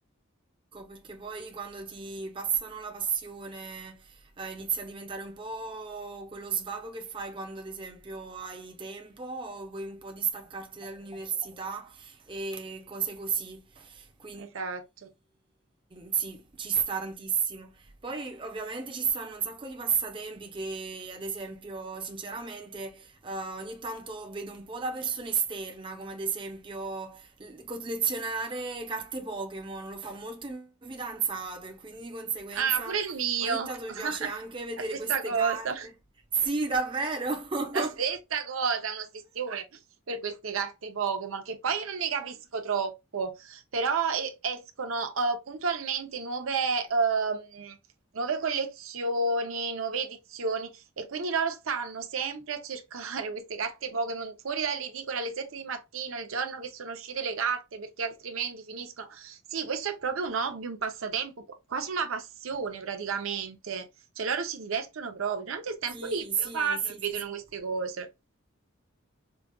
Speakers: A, on the right (about 25°); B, on the right (about 80°).
A: Ecco, perché poi quando ti passano la passione, eh, inizia a diventare un po' quello svago che fai quando, ad esempio, hai tempo o vuoi un po' distaccarti dall'università e cose così. Quindi
B: <laughs> Esatto.
A: sì, ci sta tantissimo. Poi ovviamente ci stanno un sacco di passatempi che, ad esempio, sinceramente, eh, ogni tanto vedo un po' da persona esterna, come ad esempio l- collezionare carte Pokémon, lo fa molto il mio fidanzato e quindi di conseguenza
B: Ah, pure il mio.
A: ogni tanto mi
B: <laughs>
A: piace anche vedere
B: La stessa
A: queste
B: cosa.
A: carte. Sì, davvero? <laughs>
B: La stessa cosa, un'ossessione per queste carte Pokémon, che poi io non ne capisco troppo, però eh, escono eh, puntualmente nuove, ehm, nuove collezioni, nuove edizioni. E quindi loro stanno sempre a cercare <laughs> queste carte Pokémon fuori dall'edicola alle 7 di mattina, il giorno che sono uscite le carte, perché altrimenti finiscono. Sì, questo è proprio un hobby, un passatempo, qu- quasi una passione praticamente. Cioè loro si divertono proprio. Durante il tempo
A: Sì,
B: libero
A: sì,
B: vanno
A: sì,
B: e vedono
A: sì, sì.
B: queste cose.